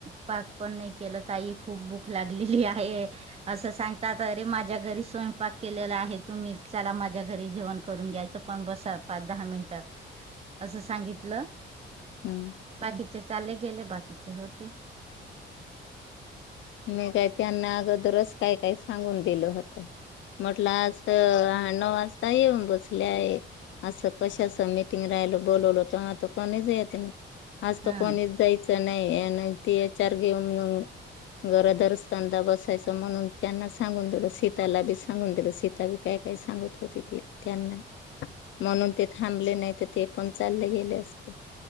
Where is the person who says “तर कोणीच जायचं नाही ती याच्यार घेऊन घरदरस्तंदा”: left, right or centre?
Left